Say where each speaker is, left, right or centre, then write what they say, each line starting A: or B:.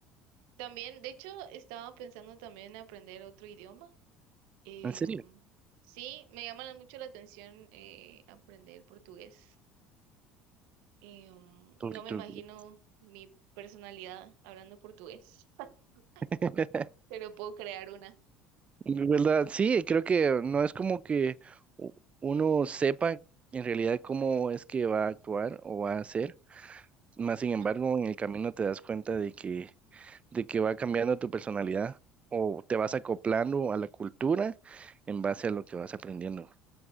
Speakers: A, on the right; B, on the right.
A: también, de hecho, estaba pensando también en aprender otro idioma Em,
B: ¿En serio?
A: sí, me llama mucho la atención eh, aprender portugués. Em,
B: Tú-
A: no me
B: tú-
A: imagino mi personalidad hablando portugués, <laughs>
B: <laughs>
A: pero puedo crear una.
B: De ¿Verdad? Sí, creo que no es como que u- uno sepa en realidad cómo es que va a actuar o va a hacer. Más sin embargo,
A: Ujú.
B: en el camino te das cuenta de que, de que va cambiando tu personalidad o te vas acoplando a la cultura en base a lo que vas aprendiendo.